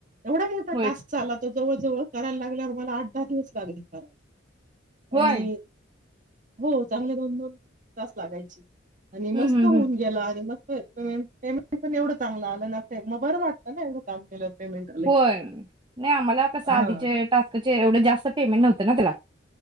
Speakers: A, on the right (about 40°); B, on the right (about 25°).
A: एवढा मोठा
B: होय
A: टास्क चाललातो जवळ जवळ करायला लागल्यावर मला आठ- दहा दिवस लागले करायला
B: होय
A: आणि हो चांगले दोन- दोन तास लागायचे. आणि मस्त
B: हम्म हम्म
A: होऊन
B: हम्म
A: गेला आणि म पेमेंट पण एवढं चांगलं आलं न मग बरं वाटतं ना एवढं काम केलं. पेमेंट आलं
B: होय
A: की
B: नाय आम्हाला कस
A: हा
B: आधीचे टास्कचे एवढे जास्त पेमेंट नव्हतं ना त्याला